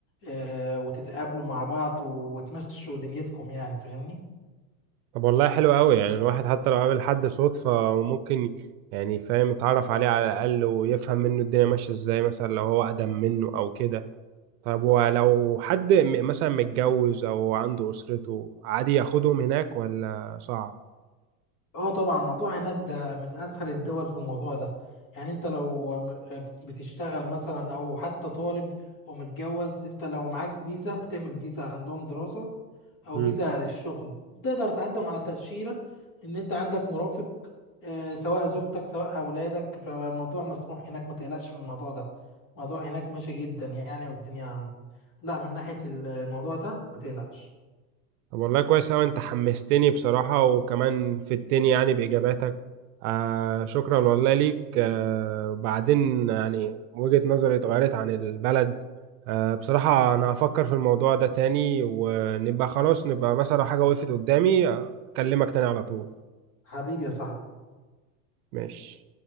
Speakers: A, on the left; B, on the right.
A: آه، وتتقابلوا مع بعض وتمشوا دنيتكم يعني فاهمني
B: طب والله حلو قوي يعني الواحد حتى لو قابل حد صدفة ممكن يعني فاهم يتعرف عليه على الأقل ويفهم منه الدنيا ماشية ازاي مثلا لو هو أقدم منه أو كده طب ولو حد م- مثلا متجوز أو عنده أسرته عادي ياخدهم هناك ولا صعب؟
A: اه طبعا موضوع هناك ده من اسهل الدول في الموضوع ده يعني انت لو م- بتشتغل مثلا او حتى طالب ومتجوز انت لو معاك فيزا بتعمل فيزا عندهم دراسة او
B: مم.
A: فيزا للشغل تقدر تقدم على تأشيرة ان انت عندك مرافق آه، سواء زوجتك سواء اولادك فالموضوع مسموح هناك ما تقلقش من الموضوع ده الموضوع هناك ماشي جدا يعني والدنيا لا من ناحية الموضوع ده ما تقلقش
B: طب والله كويس أوي أنت حمستني بصراحة وكمان فدتني يعني بإجاباتك آه شكرا والله ليك آه بعدين يعني وجهة نظري اتغيرت عن البلد آه بصراحة أنا هفكر في الموضوع ده تاني ونبقى خلاص نبقى مثلا لو حاجة وقفت قدامي آه، أكلمك تاني على طول
A: حبيبي يا صاحبي
B: ماشي